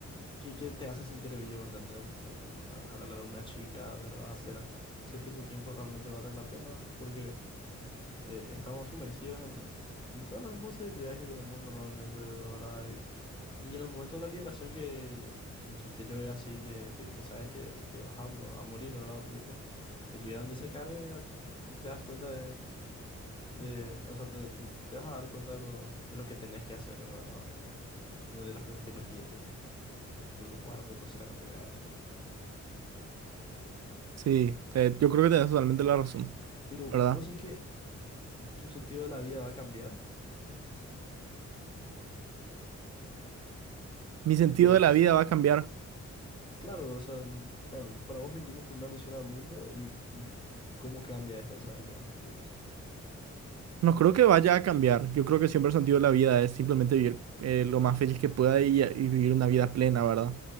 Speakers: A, on the left; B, on the right.
A: que, que te hacen sentir vivo, ¿entendés? Es como a- Hablar a una chica, ¿verdad? Hacer, hacer que tu tiempo realmente valga la pena, porque eh, estamos sumergidos en, en todas las responsabilidades que tenemos normalmente, ¿verdad? Y en el momento de la liberación que, que, que- que yo veo así, que, que, que sabes que, que vas a, mo- a morir, ¿verdad? Porque te, te liberan de esa carga, te, te das cuenta de, de- o sea, te, te- te vas a dar cuenta de lo, de lo que tenés que hacer, ¿verdad? De, de- de las cosas que te pide tu, tu, tu cuerpo, tu ser, te voy a decir.
B: Sí, te- yo creo que tenés totalmente la razón,
A: Pero
B: ¿verdad?
A: vos es que tu sentido de la vida va a cambiar,
B: Mi sentido
A: o cómo
B: de
A: te,
B: la vida va a cambiar.
A: cu- Claro, o sea, n- para, para vos vinimos con una misión al mundo y, y, y cómo cambia esto al saber que vas a morir, o sea.
B: No creo que vaya a cambiar. Yo creo que siempre el sentido de la vida es simplemente vivir eh, lo más feliz que pueda y, y vivir una vida plena, ¿verdad?